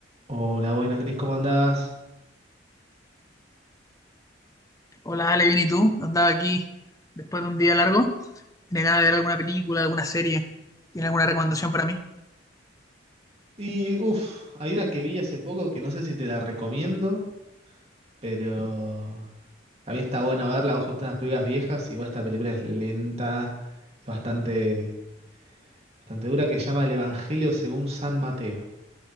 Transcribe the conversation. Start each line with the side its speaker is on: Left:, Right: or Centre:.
Right: Hola, buena Cris, ¿cómo andás?
Left: Hola, Ale, bien, ¿y tú? Andaba aquí después de un día largo. Tenía ganas de ver alguna película, alguna serie. ¿Tiene alguna recomendación para mí?
Right: Y uff, hay una que vi hace poco que no sé si te la recomiendo, pero a mí está bueno verla, vos que estás unas películas viejas, igual esta película es lenta, es bastante, bastante dura, que se llama El Evangelio según San Mateo,